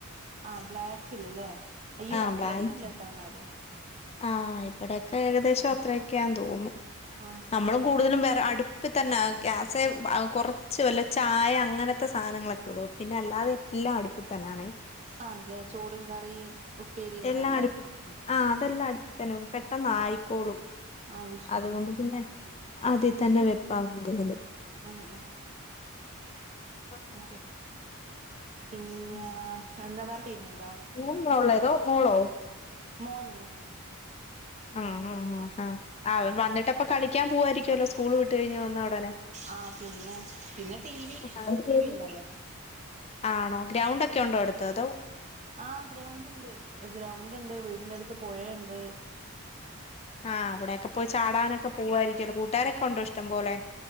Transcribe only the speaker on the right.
ആഹ് ബ്ലാക്കില്ലെ അയ്യോ
അത്ര
ഒന്നുല്ലാട്ടാന്നാല്
ഓ
ആണല്ലേ ചോറും കറിയും ഉപ്പേരികളല്ലേ
അത് ശരി
ആ
ആ
ഓകെ പിന്നാ
എന്താ വർക്ക്യ്യുന്നുണ്ടോ
മോന് മോന്
ആഹ് പിന്നെ പിന്നെ ടി വി
ടി വി ഇണ്ടല്ലെ
ആഹ് ഗ്രൗണ്ട് ഉണ്ട് ഗ്രൗണ്ട് ഉണ്ട് വീടിന്റെ അടുത്ത് പുഴയുണ്ട്